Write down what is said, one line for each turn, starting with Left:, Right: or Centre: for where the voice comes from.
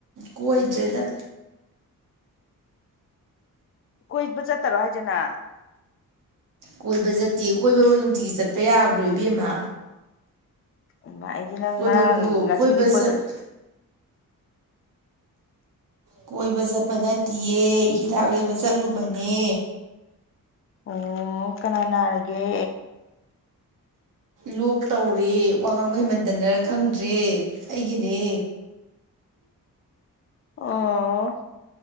Right: ꯀꯣꯏꯗ꯭ꯔꯦꯗ
Left: ꯀꯣꯏꯕ ꯆꯠꯇꯔꯣ ꯍꯥꯏꯗꯦꯅ
Right: ꯀꯣꯏꯕ ꯆꯠꯇꯦ ꯀꯣꯏꯕꯕꯨ ꯅꯨꯡꯇꯤꯒꯤ ꯆꯠꯄ ꯌꯥꯕ꯭ꯔꯣ ꯏꯕꯦꯝꯃ
Left: ꯎꯝ ꯑꯩꯗꯤ ꯅꯪ
Right: ꯀꯣꯏꯕꯕꯨ
Left: ꯉꯔꯥꯡ ꯉꯁꯤꯗꯤ
Right: ꯀꯣꯏꯕ
Left: ꯀꯣꯏꯕꯁꯤ
Right: ꯆꯠ ꯀꯣꯏꯕ ꯆꯠꯄ ꯅꯠꯇꯦꯌꯦ ꯍꯤꯗꯥꯛ ꯂꯩꯕ ꯆꯠꯂꯨꯕꯅꯦ
Left: ꯑꯣ ꯀꯅꯥ ꯅꯥꯔꯒꯦ
Right: ꯂꯣꯛ ꯇꯧꯔꯦ ꯋꯥ ꯉꯥꯡꯕ ꯍꯩꯃꯟꯗꯅꯔ ꯈꯪꯗ꯭ꯔꯦ ꯑꯩꯒꯤꯅꯦ
Left: ꯑꯣ